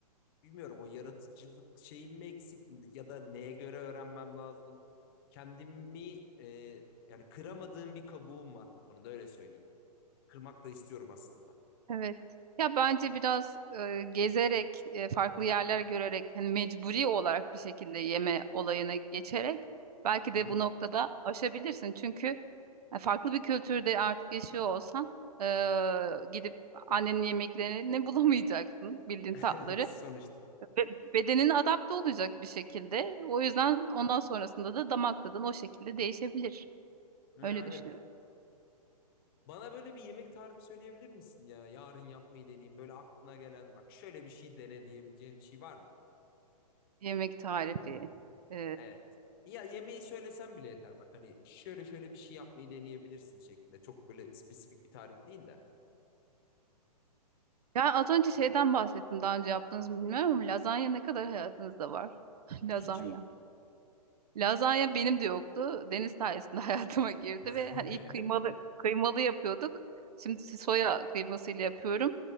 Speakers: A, on the left; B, on the right.
A: bilmiyorum o yaratıcılık şeyim mi eksik ya da neye göre öğrenmem lazım. Kendimi eee, yani kıramadığım bir kabuğum var bu konuda öyle söyleyeyim. Kırmak da istiyorum aslında
B: Evet. Ya bence biraz e, gezerek, e, farklı yerler görerek, hani mecburi olarak bir şekilde yeme olayına geçerek belki
A: Hı
B: de bu noktada aşabilirsin. Çünkü e, farklı bir kültürde artık yaşıyor olsan e, gidip annenin yemeklerini <laughs> bulamayacaksın, bildiğin
A: hı.
B: tatları.
A: <laughs> sonuçta.
B: Ve bedenine adapte olacak bir şekilde. O yüzden ondan sonrasında da damak tadın o şekilde değişebilir.
A: Ha,
B: Öyle düşünüyorum.
A: Evet. Bana böyle bir yemek tarifi söyleyebilir misin ya? Yarın yapmayı deneyeyim. Böyle aklına gelen bak şöyle bir şey dene diyebileceğin bir şey var mı?
B: Yemek tarifi. e,
A: Evet. Ya yemeği söylesen bile yeter. Bak hani şöyle şöyle bir şey yapmayı deneyebilirsin şeklinde. Çok böyle spesifik bir tarif değil de.
B: Ya az önce şeyden bahsettim daha önce yaptınız mı bilmiyorum ama lazanya ne kadar hayatınızda var? <laughs> Lazanya.
A: Hiç yok.
B: Lazanya benim de yoktu. Deniz sayesinde <laughs> hayatıma girdi
A: <laughs>
B: ve hani ilk
A: Hı
B: kıymalı kıymalı yapıyorduk. Şimdi soya kıymasıyla yapıyorum.